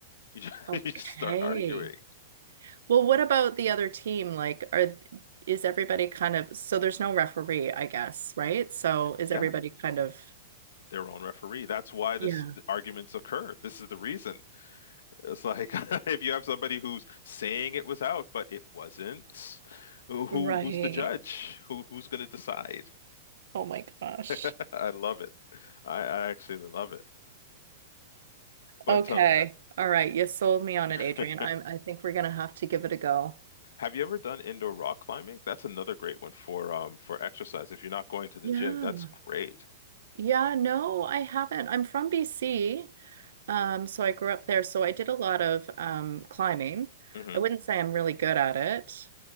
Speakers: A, on the left; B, on the right.
A: You just, <laughs>
B: Okay.
A: you just start arguing.
B: Well, what about the other team? Like, are is everybody kind of so there's no referee, I guess, right? So is
A: Yeah,
B: everybody kind of
A: their own referee. That's why this
B: yeah.
A: the arguments occur. This is the reason. It's like <laughs> if you have somebody who's saying it was out, but it wasn't, who who-
B: Right.
A: who's the judge? Who who's going to decide?
B: Oh my gosh.
A: <laughs>
B: <laughs>
A: I love it. I, I actually love it. But
B: Okay.
A: uh,
B: All right. You sold me on
A: <laughs>
B: it, Adrian. I'm I think we're gonna have to give it a go.
A: Have you ever done indoor rock climbing? That's another great one for um for exercise. If you're not going to the
B: Yeah.
A: gym, that's great.
B: Yeah, no, I haven't. I'm from BC. Um, so I grew up there, so I did a lot of um, climbing.
A: hmm
B: I wouldn't say I'm really good at it,